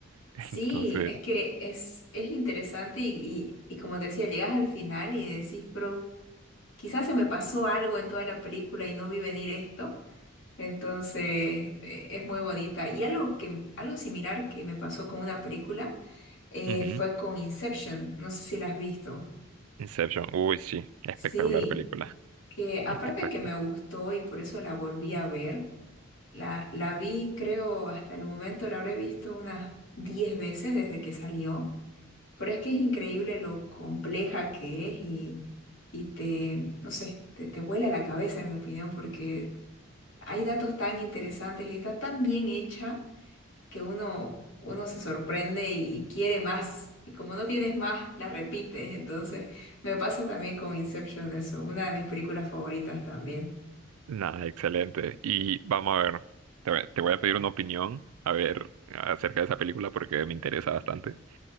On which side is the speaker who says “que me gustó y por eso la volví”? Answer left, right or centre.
Left